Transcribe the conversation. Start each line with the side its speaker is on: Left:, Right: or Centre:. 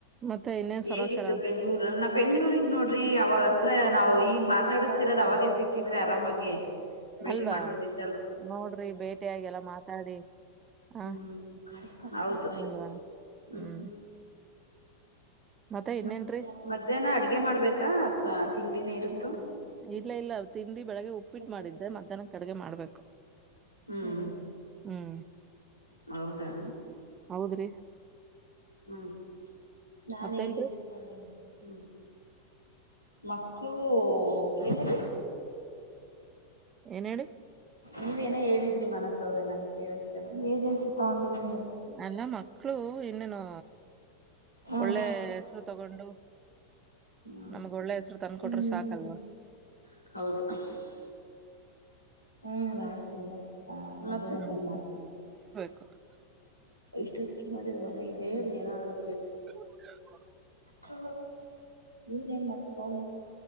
Right: ಮತ್ತೆ ಇನ್ನೇನ್
Left: ಹೇಗಿತ್ತು
Right: ಸಮಾಚಾರ
Left: ಬೆಂಗ್ಳೂರ ನಾ ಬೆಂಗ್ಳೂಗ್ ನೋಡ್ರಿ ಅವಾಗ ಹತ್ರ ನಾವು ಹಂಗ ಮಾತಾಡಿಸತಿರೋದು ಅವಾಗ ಸಿಕ್ಕಿದ್ರೆ ಆರಾಮಾಗಿ ಭೇಟಿ
Right: ಅಲ್ವಾ
Left: ಮಾಡ್ಬೋದಿತ್ತು
Right: ನೋಡ್ರಿ ಬೇಟಿಿಯಾಗಿ ಎಲ್ಲಾ ಮಾತಾಡಿ ಹ
Left: ಹ್ಮ್ ಗಡ ಆತ ಹ್ಮ್
Right: ಅಲ್ವಾ ಹ್ಮ್ ಮತ್ತೆ ಇನ್ನೇನ್ರೀ
Left: ಮತ್ತ ಮಧ್ಯಾಹ್ನ ಅಡ್ಗೆ ಮಾಡ್ಬೇಕಾ ಅಥವಾ ತಿಂಡಿನೇ ಇರುತ್ತ
Right: ಇಲ್ಲ ಇಲ್ಲ ತಿಂಡಿ ಬೆಳಗ್ಗೆ ಉಪ್ಪಿಟ್ಟು ಮಾಡಿದ್ರೆ
Left: ಕೊಟ್ಟಿದ್ದಾರೆ
Right: ಮಧ್ಯಾಹ್ನ ಕಡೆಗೆ ಮಾಡ್ಬೇಕು
Left: ಹ್ಮ್
Right: ಹ್ಮ್
Left: ಹೌದಾ
Right: ಹೌದ್ರಿ
Left: ಹ್ಮ್ ನಾನೇ
Right: ಮತ್ತೇನ್ರಿ
Left: ಏಜೆನ್ಸಿ ತೇನೆ ಹ್ಮ್ ಮಕ್ಕಳು ಏನನು
Right: ಏನ ಹೇಳ
Left: ನೀವ ಏನೇ ಹೇಳಿದ್ರಿ ಮನಸ ಅವ್ರೇ ನನಗ್ ಕೇಳಿಸತ ಏಜೆನ್ಸಿ ತಗೊಂಡೀ ನೀ
Right: ಅಲ್ಲ ಮಕ್ಕಳು ಇನ್ನನು
Left: ಹ್ಮ್
Right: ಒಳ್ಳೆ ಹೆಸರು ತಗೊಂಡು
Left: ಹ್ಮ್
Right: ನಮಗ ಒಳ್ಳೆ ಹೆಸ್ರು ತಂದಕೊಟ್ರ
Left: ಹ್ಮ್
Right: ಸಾಕಲ್ವಾ
Left: ಹೌದು ಹ್ಮ್ ಮಾಡ್ತೀನಿ ಮಮ್ಮೇಲ್
Right: ಹ್ಮ್
Left: ಮಾಡ್ತೀವಿ
Right: <unintelligible>
Left: ಇಷ್ಟ ಅಚ್ಚಿ ಮಾಡಿದ್ ಮನೆಗ ಏನಾದ್ರು
Right: <unintelligible>
Left: ಹ ನೀವುನ್ ಏನ್ ಮ ಪನ